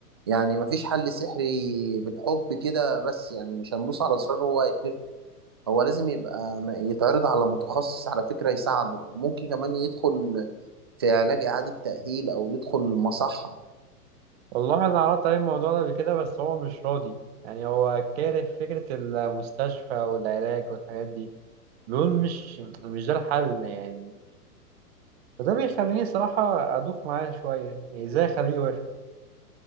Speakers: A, on the right (about 20°); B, on the right (about 40°).
A: يعني مفيش حل سحري بالحب كده بس يعني مش هندوس على زرار هو هيخف هو لازم يبقى م- يتعرض على متخصص على فكرة يساعده وممكن كمان يدخل في علاج إعادة تأهيل أو يدخل مصحة
B: والله انا عرضت عليه الموضوع ده قبل كده بس هو مش راضي يعني هو كاره فكرة المستشفى والعلاج والحاجات دي دول مش مش ده الحل يعني فده بيخليني صراحة أدوخ معاه شوية يعني إزاي أخليه يوافق